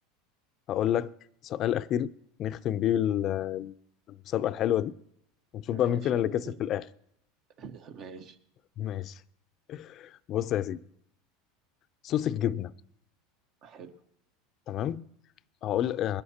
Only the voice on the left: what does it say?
هقول لك سؤال أخير نختم بيه ال- المسابقة الحلوة دي ونشوف
بقى مين فينا اللي
كسب
في الآخر
ماشي بص يا سيدي صوص الجبنة
تمام هقول